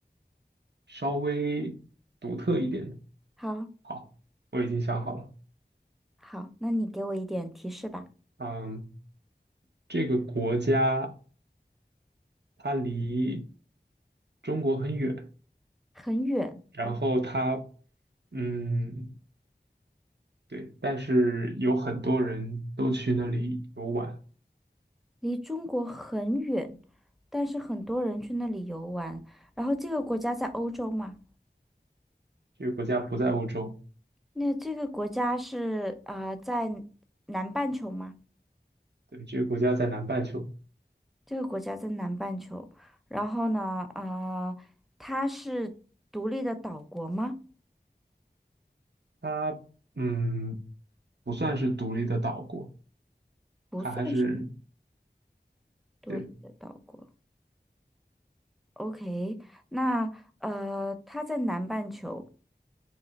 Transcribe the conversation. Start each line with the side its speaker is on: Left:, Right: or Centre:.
Right: 稍微独特一点的。
Centre: 好
Right: 好，我已经想好了。
Centre: 好，那你给我一点提示吧，
Right: 嗯，这个国家它离中国很远，
Centre: 很远，
Right: 然后它，
Centre: 哦，
Right: 嗯，对，但是有很多人都去那里游玩。
Centre: 离中国很远，但是很多人去那里游玩，然后这个国家在欧洲嘛。
Right: 这个国家不在欧洲，
Centre: 那这个国家是呃在南半球吗？
Right: 对，这个国家在南半球。
Centre: 这个国家在南半球，然后呢，呃，它是独立的岛国吗？
Right: 它，嗯，不算是独立的岛国，
Centre: 不算是
Right: 它还是，
Centre: 独立的岛国。
Right: 对，
Centre: OK，那呃，它在南半球，